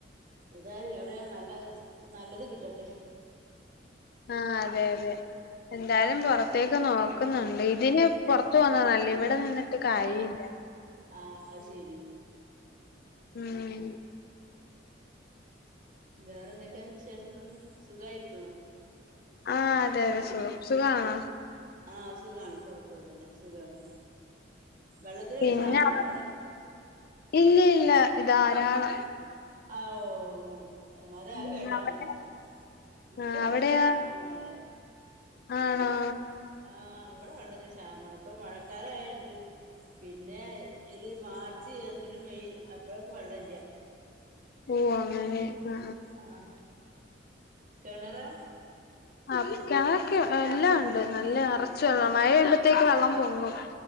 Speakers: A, on the right; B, on the left.
A: ഏതായാലും എവിടെ നല്ല സ് നല്ലത് കിട്ടട്ടെ
B: ആ അതെ അതെ എന്തായാലും പൊറത്തേക്ക് നോക്കുന്നുണ്ട് ഇതിന് പൊറത്ത് പോകുന്ന നല്ലേ ഇവിടെ നിന്നിട്ട് കാര്യ ഇല്ല
A: ആ അയ് ശരി
B: ഉം
A: വേറെ എന്തൊക്കെ വിശേഷങ്ങള് സുഖായിരിക്ക്ണോ
B: ആ അതെ അതെ സുഖം സുഖാണേ
A: ആ സുഖാണ് കൊഴപ്പോന്നുല്ല സുഖാണ് വെള്ളത്തിനൊക്കെ
B: പിന്നെ
A: ക്ഷാമണ്ടോ
B: അവിടെ ഇല്ല ഇല്ല ധാരാളം
A: അ ഓഹ് മ്മത്
B: ഉം
A: കേട്ടാ
B: അവിടെ
A: മതി ഇവിടെ
B: ആഹ്
A: വെള്ളത്തിന്‌
B: അവിടെയാ
A: ശാമാണ് മോളെ
B: ആണോ
A: ആഹ് അവിടെ വെള്ളത്തിന് ക്ഷാമാണ് ഇപ്പൊ മഴക്കാലയോണ്ട് പിന്നെ ഒരു മാർച്ച്, ഏപ്രിൽ, മെയ് അപ്പഴൊക്ക് വെള്ളവില്യ
B: ഓഹ് അങ്ങനെ ആ
A: ആഹ് കെണറാ
B: ആ കെണറൊക്കെ എല്ലാം ഒണ്ട് നല്ല നെറച്ച് വെള്ള മഴയെയുമ്പത്തേക്ക് വെള്ളം പൊങ്ങും